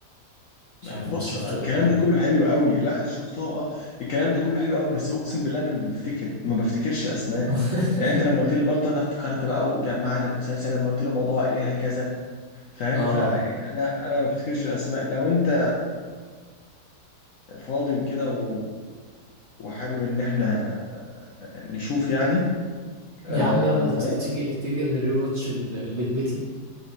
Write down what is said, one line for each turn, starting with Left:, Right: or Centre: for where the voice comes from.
Right: مش عارف
Left: بص
Right: انت شفته
Left: الكلام
Right: ولا لا
Left: ده كله حلو قوي لا شفتهم اه الكلام ده كله حلو قوي بس اقسم بالله انا ما بفتكر ما بفتكرش اسماء
Right: <laughs>
Left: يعني انت لما قلت لي بالطو انا افتكرت بقى وجمعت المسلسل لما قلت لي موضوع ايه هكذا فاهم
Right: اه
Left: فانا انا ما بفتكرش الاسماء لو انت فاضي وكده و... وحابب ان احنا نشوف يعني آه
Right: يا عم يلا
Left: فيلا
Right: ت- تيجي تيجي نريواتش ال- البيت بيتي